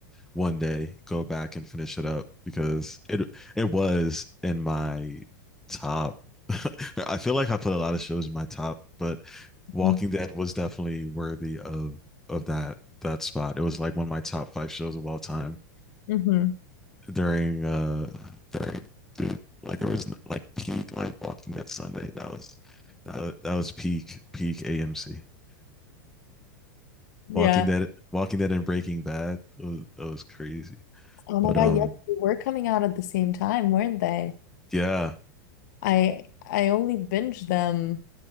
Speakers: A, in the centre; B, on the left.
A: one day go back and finish it up because it it was in my top. <laughs> I feel like I put a lot of shows in my top, but Walking
B: hmm
A: Dead was definitely worthy of of that that spot. It was like one of my top five shows of all time
B: hmm
A: during uh during dude, like there was like peak like Walking Dead Sunday. That was that, that was peak peak AMC.
B: Yeah.
A: Walking Dead Walking Dead and Breaking Bad. It was, it was crazy.
B: Oh
A: But
B: my God,
A: um
B: yes, they were coming out at the same time, weren't they?
A: yeah,
B: I I only binged them